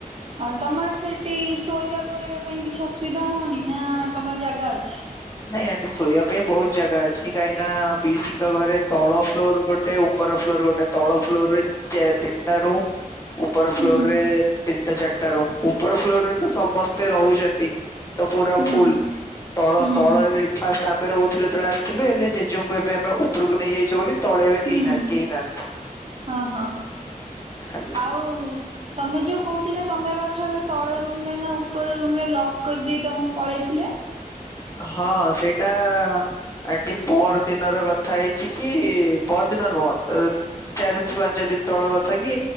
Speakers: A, on the right; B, on the left.
A: ଆଉ ତମର ସେଇଠି ଶୋଇବା ଫୋଇବା ପାଇଁ କିଛି ଅସୁବିଧା ହଉନି ନା ତମର ଜାଗା ଅଛି।
B: ନାଇଁ ଆଣ୍ଟି ଶୋଇବା ପାଇଁ ବହୁତ ଜାଗା ଅଛି କାହିଁକି ନା ପିସିଙ୍କ ଘରେ ତଳ ଫ୍ଲୋର ଗୋଟେ ଉପ ଉପର ଫ୍ଲୋର ଗୋଟେ ତଳ ଫ୍ଲୋର କେ ତିନିଟା ରୁମ୍। ଉପର
A: ହୁଁ
B: ଫ୍ଲୋରରେ ତିନିଟା ଚାରିଟା ରୁମ ଉପର ଫ୍ଲୋର ରେ ତ ସମସ୍ତେ ରହୁଛନ୍ତି। ତ ପୁରା
A: ହୁଁ
B: ଫୁଲ ତଳ।
A: ହୁଁ।
B: ତଳରେ ଫାଷ୍ଟ ଆମେ ରହୁଥିଲୁ ଯେତେବେଳେ ଆସିଥିଲୁ ଏଲେ ଜେଜେଙ୍କୁ ଏବେ ଆମେ ଉପରକୁ ନେଇଯାଇଛୁ ବୋଲି ତଳେ ଏବେ
A: ହୁଁ
B: କେହି ନାହିଁ। କେଇ ନାହାନ୍ତି।
A: ହଁ ହଁ
B: ଖାଲି
A: ଆଉ। ତମେ ଯୋଉ କହୁଥିଲ ତମେ ବା ଥରେ ତଳ ରୁମ ରେ ନା ଉପର ରୁମ୍ରେ ଲକ୍ କରିଦେଇ ତମକୁ ପଳେଇଥିଲେ।
B: ହଁ ସେଇଟା। ଆଣ୍ଟି ପଅର ଦିନ ର କଥା ହେଇଛି କି ପଅର ଦିନ ନୁହଁ। ଚାରି ପାଞ୍ଚ ଦିନ ତଳ କଥା କି।